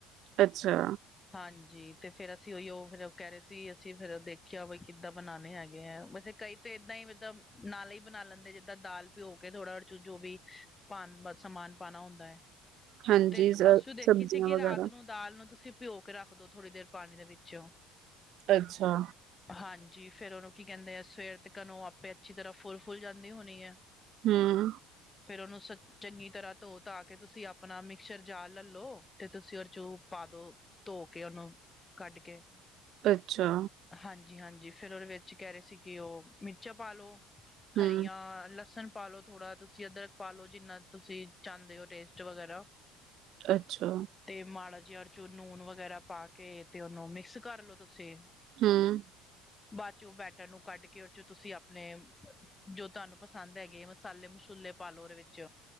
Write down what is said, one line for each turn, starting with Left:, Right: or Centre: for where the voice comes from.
Right: ਅੱਛਾ
Left: ਹਾਂਜੀ ਤੇ ਫਿਰ ਅਸੀਂ ਉ ਉਹ ਫਿਰ ਕਹਿ ਰਹੇ ਸੀ ਅਸੀਂ ਫਿਰ ਦੇਖਿਆ ਬਈ ਕਿੱਦਾਂ ਬਣਾਉਣੇ ਹੈਗੇ ਹੈ ਵੈਸੇ ਕਈ ਤੇ ਏਦਾਂ ਹੀ ਮਤਲੱਬ ਨਾਲੇ ਹੀ ਬਣਾ ਲੈਂਦੇ ਜਿੱਦਾਂ ਦਾਲ ਭਿਓ ਕੇ ਥੋੜਾ ਚੱ ਜੋ ਵੀ ਪਾਨ ਸਮਾਨ ਪਾਉਣਾ ਹੁੰਦਾ ਹੈ
Right: ਹਾਂਜੀ
Left: ਤੇ
Right: ਸਬਜ਼ੀਆਂ
Left: ਅਸੀ ਦੇਖੀ ਸੀ ਕਿ
Right: ਵਗੈਰਾ
Left: ਰਾਤ ਨੂੰ ਦਾਲ ਨੂੰ ਤੁਸੀਂ ਭਿਉਂ ਕੇ ਰੱਖ ਦਿੳ ਥੋੜ੍ਹੀ ਦੇਰ ਪਾਣੀ ਦੇ ਵਿੱਚ
Right: ਅੱਛਾ
Left: ਹਾਂਜੀ ਫਿਰ ਉਹਨੂੰ ਕੀ ਕਹਿੰਦੇ ਆ ਸਵੇਰ ਤਕਨ ਆਪੇ ਅੱਛੀ ਤਰ੍ਹਾਂ ਫੁੱਲ ਫੁੱਲ ਜਾਂਦੀ ਹੋਣੀ ਹੈ
Right: ਹਮ
Left: ਫਿਰ ਉਹਨੂੰ ਚੰਗੀ ਤਰ੍ਹਾਂ ਧੋ ਧਾ ਕੇ ਤੁਸੀਂ ਆਪਣਾ ਮਿਕਸਰ ਜ ਲੈਲੋ ਤੇ ਤੁਸੀਂ ਉਹਦੇ ਚ ਪਾਦੋ ਧੋ ਕੇ ਉਹਨੂੰ ਕੱਢ ਕੇ
Right: ਅੱਛਾ
Left: ਹਾਂਜੀ ਹਾਂਜੀ ਫਿਰ ਉਹਦੇ ਵਿੱਚ ਕਹਿ ਰਹੇ ਸੀਗੇ ਉਹ ਮਿਰਚਾਂ ਪਾ ਲੋ
Right: ਹਮ
Left: ਹਰੀਆਂ ਲਸਣ ਪਾਲੋ ਥੋੜਾ ਤੁਸੀਂ ਅਦੱਰਕ ਪਾ ਲਓ ਜਿੰਨਾ ਤੁਸੀਂ ਚਾਹੁੰਦੇ ਹੋ ਟੇਸਟ ਵਗੈਰਾ
Right: ਅੱਛਾ
Left: ਤੇ ਮਾੜਾ ਜਿਹਾ ਚੱ ਨੂਨ ਵਗੈਰਾ ਪਾ ਕੇ ਤੇ ਉਹਨੂੰ ਮਿਕਸ ਕਰਲੋ ਤੁਸੀਂ
Right: ਹਮ
Left: ਬਾਅਦ ਚੋਂ ਮੈਟਰ ਨੂੰ ਕੱਢ ਕੇ ਉਹਦੇ ਚੋਂ ਤੁਸੀਂ ਆਪਣੇ ਜੋ ਤੁਹਾਨੂੰ ਪਸੰਦ ਹੈਗੇ ਮਸਾਲੇ ਮਸੂਲੇ ਪਾਲੋ ਉਹਦੇ ਵਿੱਚ